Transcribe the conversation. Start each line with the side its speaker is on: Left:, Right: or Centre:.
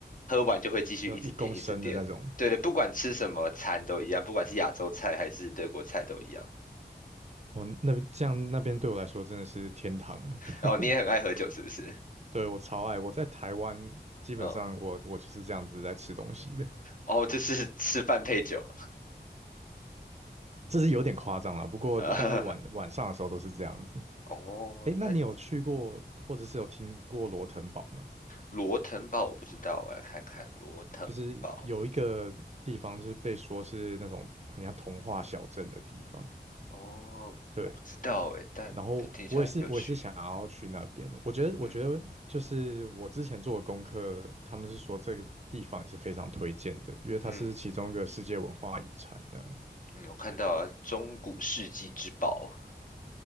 Left: 喝完就会继续一直点一直点。
Right: 那种一公升的那种，
Left: 对的，不管吃什么餐都一样，不管是亚洲菜还是德国菜都一样。
Right: 哦，那边这样那边对我来说真的是天堂，<laughs>
Left: 哦，你也很爱喝酒是不是？
Right: 对我超爱。我在台湾基本上我我就是这样子在吃东西的，
Left: 嗯，哦，就是吃饭配酒。
Right: 这是有点夸张了，不过大概晚晚上的时候都是这样子。
Left: <laughs> 啊哦，
Right: 哎，那你有去过或者是有听过罗腾堡吗？
Left: 那罗腾堡我不知道，我要看看罗腾堡。
Right: 就是有一个地方，就是被说是那种很像童话小镇的地方。
Left: 哦，
Right: 对，
Left: 我不知道诶，但感觉听起来很有趣。
Right: 然后我也是，我也是想要去那边。我觉得，我觉得就是我之前做的功课，
Left: 嗯
Right: 他们是说这个地方也是非常推荐的，因为它是其中一个世界文化遗产这样。
Left: 嗯嗯，我看到了中古世纪之宝，